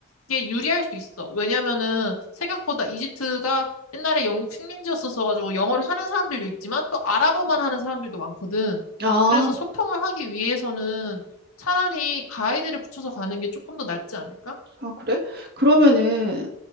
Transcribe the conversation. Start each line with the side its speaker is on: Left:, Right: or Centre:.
Left: 게 유리할 수 있어. 왜냐면은 생각보다 이집트가 옛날에 영국 식민지였어서 가지고 영어를 하는 사람들도 있지만 또 아랍어만 하는 사람들도 많거든.
Right: 아,
Left: 그래서 소통을 하기 위해서는 차라리 가이드를 붙여서 가는 게 조금 더 낫지 않을까?
Right: 아, 그래? 그러면은